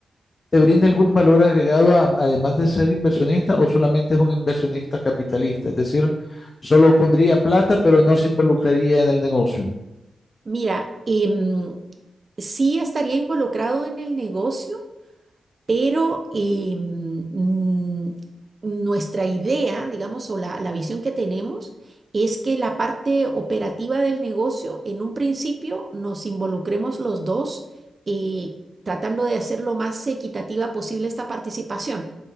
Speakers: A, on the left; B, on the right.
A: te brinda algún valor agregado a- además de ser inversionista o solamente es un inversionista capitalista? Es decir, solo pondría plata pero no se involucraría en el negocio.
B: Mira, em, sí estaría involucrado en el negocio, Pero eh, mm, nuestra idea, digamos, o la, la visión que tenemos es que la parte operativa del negocio, en un principio, nos involucremos los dos eh, tratando de hacer lo más equitativa posible esta participación.